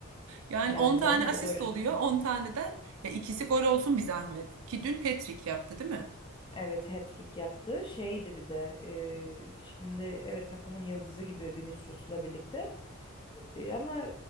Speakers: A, on the right; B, on the left.
A: Yani
B: Yani
A: 10 tane
B: değil mi?
A: asist
B: O da öyle
A: oluyor.
B: düşünüyor
A: on taneden ya ikisi gol olsun bir zahmet. Ki dün hat-trick yaptı değil mi?
B: Evet hat-trick yaptı. Şeydi bir de e, şimdi evet takımın yıldızı gibi Vinicius'la birlikte. E, ama